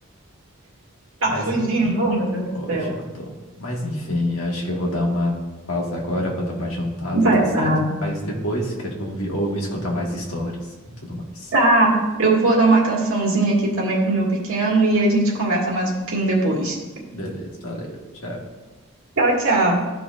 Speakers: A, on the right; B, on the left.
A: tá
B: Mas
A: fugindo,
B: enfim,
A: oh meu Deus do
B: hoje
A: céu.
B: eu tô. Mas enfim, acho que eu vou dar uma pausa agora, vou dar uma jantada,
A: Vai
B: tá certo?
A: lá.
B: Mas depois quero ouvir ou escutar mais histórias e tudo mais.
A: Tá, eu vou dar uma atençãozinha aqui também pro meu pequeno e a gente conversa mais um pouquinho depois.
B: Beleza, valeu. Tchau.
A: Tchau, tchau.